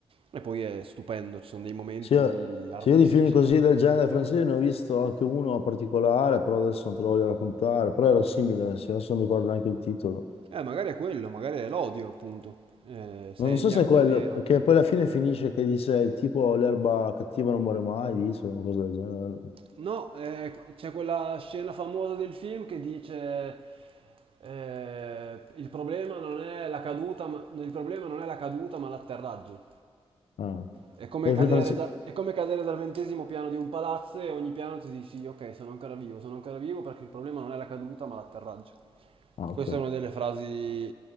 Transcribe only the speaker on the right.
E poi è stupendo, ci sono dei momenti
artistici.
Eh, magari è quello, magari è l'odio, appunto. Eh, sei
in
bianco
e nero.
No, eh, c'è quella scena famosa del film che dice eh, il problema non è la caduta, ma, il problema non è la caduta, ma l'atterraggio.
È come
cadere,
da- è come cadere dal ventesimo piano di un palazzo e ogni piano ti dici ok, sono ancora vivo, sono ancora vivo perché il problema non è la caduta, ma l'atterraggio.
Questa è una delle frasi